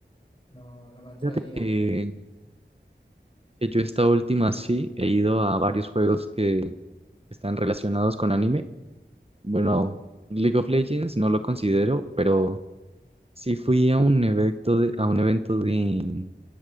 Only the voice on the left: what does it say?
No, no me atraía.